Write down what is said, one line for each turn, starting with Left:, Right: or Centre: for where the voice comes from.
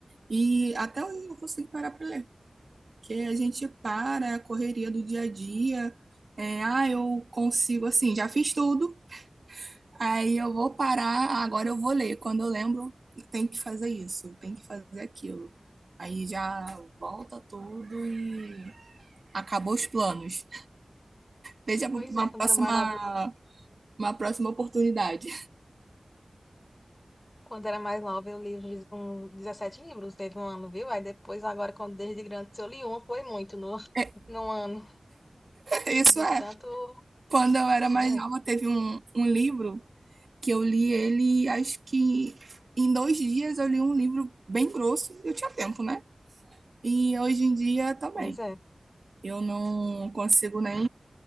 Right: e até hoje eu não consigo parar para ler. que a gente para é a correria do dia a dia. É, ah, eu consigo, assim, já fiz tudo, aí eu vou parar, agora eu vou ler. Quando eu lembro, tem que fazer isso, tem que fazer aquilo. Aí já volta tudo e acabou os planos. Veja uma
Left: Pois é, quando
Right: próxima,
Left: eu era mais nova,
Right: uma próxima oportunidade.
Left: quando eu era mais nova, eu li uns dez- um, 17 livros, teve um ano, viu? Aí depois, agora, quando desde grande, se eu li um, foi muito no,
Right: <laughs>
Left: <laughs> no ano,
Right: Isso
Left: de
Right: é.
Left: tanto,
Right: Quando eu era mais
Left: né?
Right: nova, teve um, um livro que eu li ele, acho que em dois dias eu li um livro bem grosso. Eu tinha tempo, né? E hoje em dia também.
Left: Pois é.
Right: Eu não consigo nem